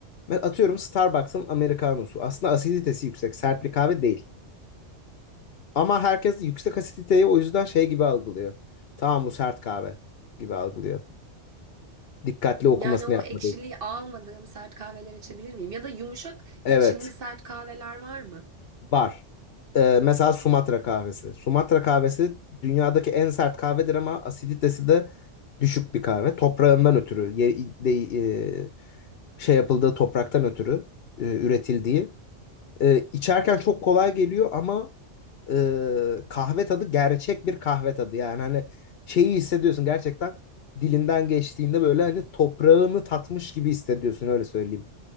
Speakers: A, on the left; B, on the right.
A: atıyorum Starbucks'ın Americano'su. Aslında asiditesi yüksek, sert bir kahve değil. Ama herkes yüksek asiditeyi o yüzden şey gibi algılıyor. Tamam bu sert kahve gibi algılıyor. Dikkatli okumasını
B: Yani o
A: yapmadığı
B: ekşiliği
A: için.
B: almadığım sert kahveler içebilir miyim? Ya da yumuşak
A: Evet,
B: içimli sert kahveler var mı?
A: var. Ee, mesela Sumatra kahvesi. Sumatra kahvesi dünyadaki en sert kahvedir ama asiditesi de düşük bir kahve. Toprağından ötürü, ye- de- e, şey yapıldığı topraktan ötürü e, üretildiği. E, içerken çok kolay geliyor ama e, kahve tadı gerçek bir kahve tadı. Yani hani şeyi hissediyorsun gerçekten dilinden geçtiğinde böyle hani toprağını tatmış gibi hissediyorsun öyle söyleyeyim.